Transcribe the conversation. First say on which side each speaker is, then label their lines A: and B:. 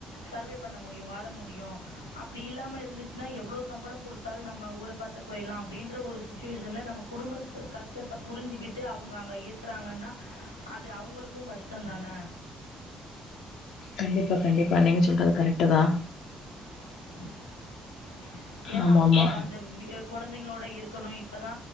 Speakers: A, on the left; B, on the left.
A: சர்வே பண்ண முடியு வாழ முடியு அப்டி இல்லாம இருந்துச்சுன்னா எவ்வளோ சம்பளம் கொடுத்தாலு நம்ம ஊர பாத்து போய்டுலா அப்பனடின்ற ஒரு சுச்சுவேஷன்ல நம்ம குடும்பச் கஷ்டத்த புரிஞ்சுக்கிட்டு அவங்க அங்க இருக்குறாங்கன்னா அது அவங்களுக்கு கஷ்டொ தானே
B: கண்டிப்பா கண்டிப்பா நீங்க சொல்றது கரெக்ட்டு தா
A: <inaudible> ஏன்னா
B: ஆமா
A: அவங்களுக்கு
B: ஆமா
A: அந்த வி குழந் தைங்களோட் ட இருக்குனு இப்பதா